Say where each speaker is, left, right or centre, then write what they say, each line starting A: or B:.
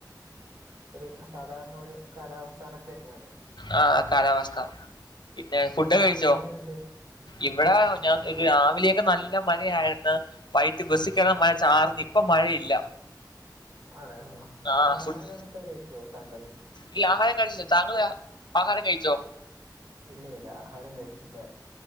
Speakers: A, on the right (about 70°); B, on the left (about 75°).
A: ഒര് സാധാരണ ഒരു കാലാവസ്ഥ കണക് തന്നെയാണ്
B: ആഹ് കാലാവസ്ഥ പിന്നെ ഫുഡ് ഒക്കെ കഴിച്ചോ
A: അവിടെ എങ്ങനെയുണ്ട്
B: ഇവിടെ ഞാൻ ഒരു
A: ആ-
B: രാവിലെക്കെ നല്ല മഴയാരുന്നു വൈകിട്ട് ബസികേറാൻ മഴ ചാറ്ന്ന് ഇപ്പ മഴയില്ല
A: ആണ് ഓഹ്
B: ആഹ്
A: അവിടെ ആഹാരോക്കെ
B: ഫുഡ്
A: കഴിച്ചോ താങ്കൾ
B: ഇല്ല ആഹാരം കഴിച്ചില്ല താങ്കള് ആ ആഹാരം കഴിച്ചോ
A: ഇല്ല ഇല്ല ആഹാരം കഴിച്ചില്ല